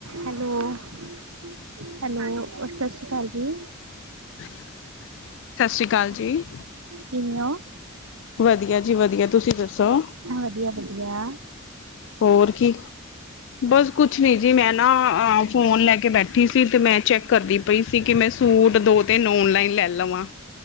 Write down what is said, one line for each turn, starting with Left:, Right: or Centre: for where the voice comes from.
Right: Hello hello, ਸਤਿ ਸ਼੍ਰੀ ਅਕਾਲ ਜੀ।
Left: <inaudible> ਅਕਾਲ ਜੀ।
Right: ਕਿਵੇ ਓ?
Left: ਵਧੀਆ ਜੀ ਵਧੀਆ ਤੁਸੀਂ ਦੱਸੋ?
Right: ਵਧੀਆ ਵਧੀਆ
Left: ਹੋਰ ਕੀ ਬਸ ਕੁਛ ਨੀ ਜੀ ਮੈਂ ਨਾ ਫੋਨ ਲੈ ਕੇ ਬੈ, ਠੀ ਸੀ ਤੇ ਮੈਂ ਚੈੱਕ ਕਰਦੀ ਪਈ ਸੀ ਕਿ ਮੈਂ ਸੂਟ ਦੋ ਤਿੰਨ ਓਨਲਾਈਨ ਲੈ ਲਵਾਂ।